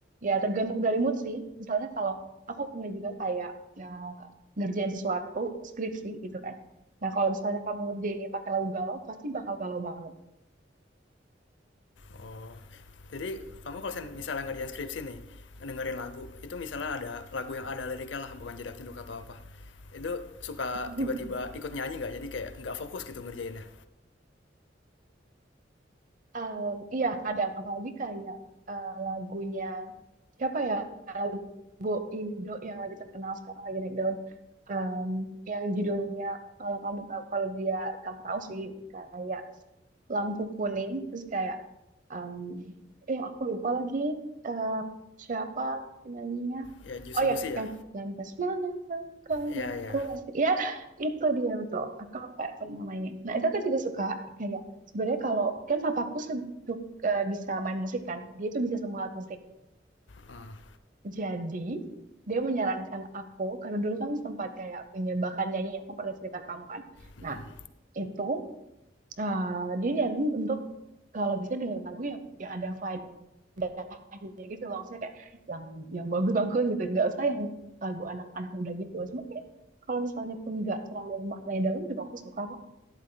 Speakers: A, on the right; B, on the left.
A: Ya tergantung dari mood sih. Misalnya kalau aku punya juga kayak ya, ngerjain sesuatu skripsi gitu kan. Nah kalau misalnya kamu ngerjain ini pakai lagu galau pasti bakal galau banget.
B: Oh. Jadi kamu kalau misalnya ngerjain skripsi nih dengerin lagu itu misalnya ada lagu yang ada liriknya lah bukan jedak jeduk atau apa itu suka
A: <laughs>
B: tiba-tiba ikut nyanyi nggak jadi kayak nggak fokus gitu ngerjainnya
A: Em, iya kadang apalagi kayak eh, lagunya siapa ya? Bu Indo yang lagi terkenal sekarang lagi naik daun Em, yang judulnya kalau kamu tahu kalau dia kamu tahu sih kayak lampu kuning terus kayak em, eh aku lupa lagi eh, siapa penyanyinya
B: ya juicy
A: oh
B: lucy
A: ya
B: ya
A: yang lantas mana kau
B: Iya
A: mau
B: ya
A: ku masih ya itu dia betul aku lupa apa namanya nah itu aku juga suka kayak sebenarnya kalau kan papaku se- su- eh, bisa main musik kan dia tuh bisa semua alat musik
B: Heeh,
A: jadi, dia menyarankan aku, karena dulu kan sempat kayak punya bakat nyanyi, aku pernah cerita ke kamu kan.
B: mhm.
A: Nah, itu eh, dia nyaranin untuk kalau bisa dengerin lagu yang yang ada faedahnya gitu loh. Maksudnya kayak yang yang bagus-bagus gitu. Nggak usah yang lagu anak-anak muda gitu. Cuma kayak kalau misalnya pun nggak terlalu yang maknanya dalam juga aku suka kok.